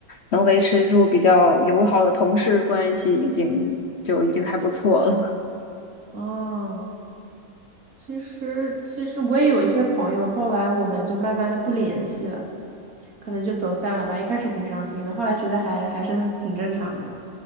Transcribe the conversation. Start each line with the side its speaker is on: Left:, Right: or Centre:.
Left: 能维持住比较友好的同事关系，已经就已经还不错了。
Right: 哦，其实其实我也有一些朋友，后来我们就慢慢的不联系了，可能就走散了吧。一开始挺伤心的，后来觉得还还是挺正常的。